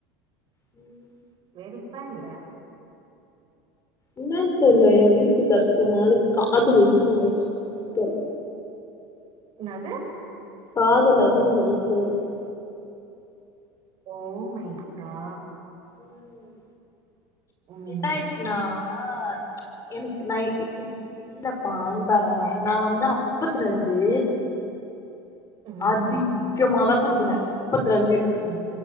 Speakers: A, on the left (about 30°); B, on the right (about 45°).
A: ம்
B: வெறுப்பா இல்ல
A: என்னான் தெர்ல எ வீட்டுக்காருக்கு எ மேல காதல் வந்துக வச்சு காதல்
B: என்னாது
A: காதல் அதிகமாய்ச்சு அவருக்கு
B: ஓ மை கா
A: ம்
B: ம்
A: என்னாயிச்சுனா ஆ எனக்கு நா இப் இல்லப்பா இங்க பாற நா வந்து அப்பத்துலருந்து
B: ம்
A: அதிகமாதா குடுக்குற அப்பத்துலர்ந்து
B: ம்